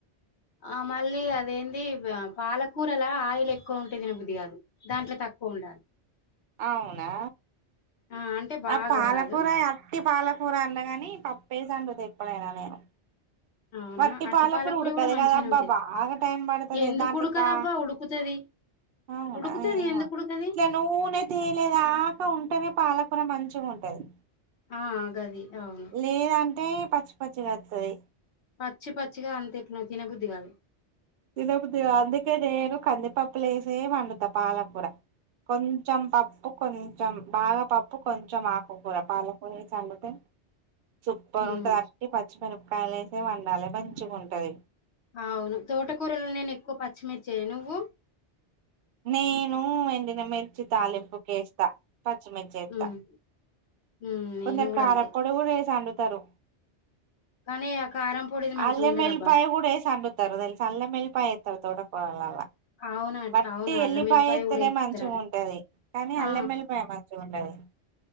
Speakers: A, on the left (about 70°); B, on the right (about 60°).
A: ఆ మళ్ళీ అదేంది ఆ పాలకూరల ఆయిల్ ఎక్కువ ఉంటే తినబుది కాదు దాంట్లో తక్కువ ఉండా
B: అవునా
A: ఆ అంటే బాగా
B: ఆ పాలకూర
A: కాదు
B: యా ట్టి పాలకూర అండగానీ పప్పేసి అండుతా ఎప్పుడైనా నేను
A: అవునా
B: వట్టి
A: అట్టి
B: పాలకుర
A: పాలకూర
B: ఉడకదు
A: కూడా మంచిగానే
B: కదబ్బా
A: ఉంటది
B: బాగా టైం పడుతది
A: ఎందుకు
B: దాంట్లెకా
A: ఉడకదబ్బా ఉడుకుతది
B: అవునా
A: ఉడుకుతది
B: ఏమో
A: ఎందుకు ఉడకది
B: నూనె తేలేదాకా ఉంటేనే పాలకూర మంచిగుంటది
A: ఆ గది అవును
B: లేదంటే పచ్చి పచ్చిగా వత్తది
A: పచ్చి పచ్చిగా అంతెట్లో తినబుద్ది కాదు
B: తినబుద్ది కాదు అందుకే నేను కందిపప్పులో ఏసే వండుతా పాలకూర కొంచెం పప్పు కొంచెం బాగా పప్పు కొంచెం ఆకుకూర పాలకూర ఏసి అండితే సూపర్
A: ఉమ్
B: ఉంటది అట్టి పచ్చిమిరపకాయలు ఏసే వండాలి మంచిగుంటది
A: అవును తోటకూరలో నేను ఎక్కువ పచ్చిమిర్చి ఎయ్యు నువ్వు
B: నేను ఎండినమిర్చి తాలింపుకేస్తా పచ్చిమిర్చి ఏత్తా
A: ఉమ్ ఉమ్ నేను
B: కొందరు
A: కూడా
B: కారప్పొడి
A: అంతే
B: కూడా ఏసి అండుతారు
A: కానీ ఆ కారం పొడిది మంచిగా
B: అల్లం
A: ఉండదబ్బా
B: ఎల్లిపాయ కూడా ఏసి అండు తారు తెలుసా అల్లం ఎల్లిపాయ ఏత్తారు తోటకూరలల్ల
A: అవును
B: వట్టి
A: అవును అల్లం
B: ఎల్లిపాయ ఏత్తేనే
A: కూడా ఎత్తరట
B: మంచిగుంటది కానీ
A: ఆ
B: అల్లం ఎల్లిపాయ మ చిగుండది